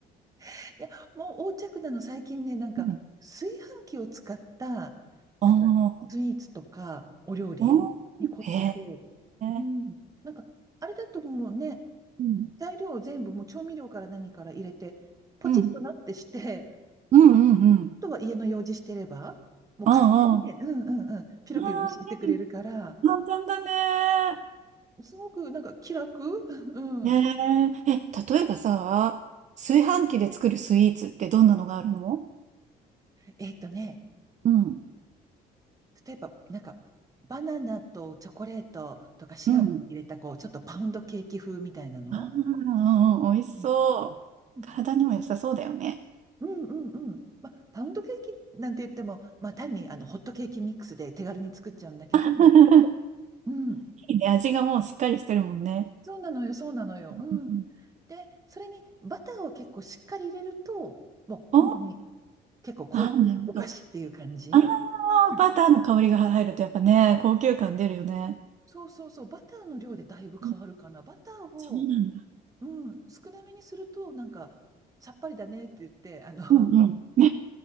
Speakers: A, on the right; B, on the right.
A: いや、もう横着なの、最近ね、なんか、
B: うん。
A: 炊飯器を使った、
B: おー、
A: なんか、スイーツとか、お料理に凝ってて、
B: おー、へ
A: うん。
B: え。
A: なんか、あれだともうね、
B: うん。
A: 材料を全部、もう調味料から何から入れて、ポチッとなってして、
B: うん
A: あ
B: うんうんうん。
A: とは家の用事してれば、もう勝手にね、
B: ああ、
A: うんうんうん、ピロピロ教えてくれるから、
B: ああ。ああ、簡単だね。
A: すごくなんか気楽 <laughs> うん。
B: ええ、え、例えばさ、炊飯器で作るスイーツってどんなのがあるの
A: えっとね、
B: うん。
A: 例えば、なんか、バナナとチョコレートとかシナモン入れた、
B: うん。
A: こう、ちょっとパウンドケーキ風みたいなの
B: ああ、うんうん、美味しそう。
A: うん。う
B: 体にも良さそうだよね。
A: んうんうんまあ、パウンドケーキなんて言っても、まあ、単にあのホットケーキミックスで手軽に作っちゃうんだけど、
B: <laughs>
A: うん、
B: いいね、味がもうしっかりしてるもんね。
A: そうなのよ、そうなのよ。うん。
B: うん
A: で、それにバターを結構しっかり入れると、もう本当に
B: お、あ
A: 結構高級お菓子っていう感じ。
B: あ、なるほど。あ
A: うん
B: あ、バターの香りが入るとやっぱね、高級感出るよね。
A: そうそうそう、バターの量でだいぶ変わるかな。
B: うん
A: バターを
B: そうなんだ。
A: うん、少なめにすると、なんか、さっぱりだねって言って、あの、
B: うんうん。